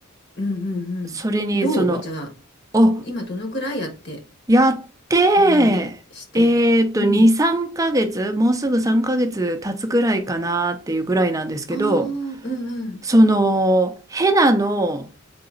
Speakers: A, on the left; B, on the right.
A: うんうんうん。
B: それにその、
A: どうじゃあ、
B: お、
A: 今どのくらいやって、
B: やって、
A: え、何して。
B: えっと、
A: うん。
B: 2、3ヶ月、もうすぐ3ヶ月経つぐらいかなっていうぐらいなんですけど、
A: ああ、うんうん。
B: その、ヘナの